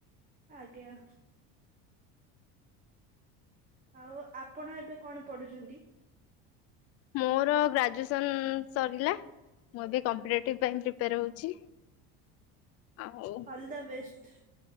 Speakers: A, on the right; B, on the left.
A: ଆଜ୍ଞା। ଆଉ ଆପଣ ଏବେ କଣ ପଢୁଛନ୍ତି?
B: ମୋର ଗ୍ରାଜୁଏସନ୍ ସରିଲା ମୁଁ ଏବେ କମ୍ପଟେଟିବ ପାଇଁ ପ୍ରିପେୟାର ହଉଛି, ଆଉ
A: all the best